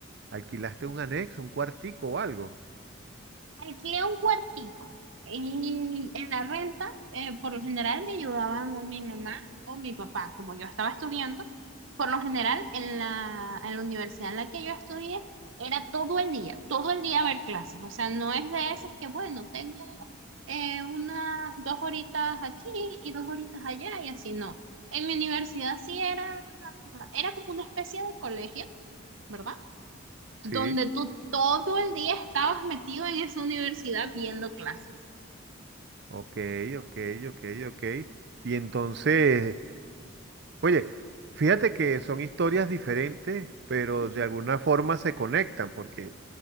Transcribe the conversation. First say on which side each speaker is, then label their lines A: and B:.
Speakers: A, on the right; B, on the right.
A: Alquilaste un anexo, un cuartico o algo.
B: Alquilé un cuartico y en la renta, eh, por lo general me ayudaban o mi mamá o mi papá, como yo estaba estudiando. Por lo general, en la, en la universidad en la que yo estudié, era todo el día, todo el día ver clases. O sea, no es de esas que, bueno, tengo eh, unas dos horitas aquí y dos horitas allá y así no. En mi universidad sí era, era como una especie de colegio, ¿verdad?
A: Sí.
B: donde tú todo el día estabas metido en esa universidad viendo clases.
A: Ok, ok, ok, ok. Y entonces, Oye, fíjate que son historias diferentes, pero
B: Ujú.
A: de alguna forma se conectan, porque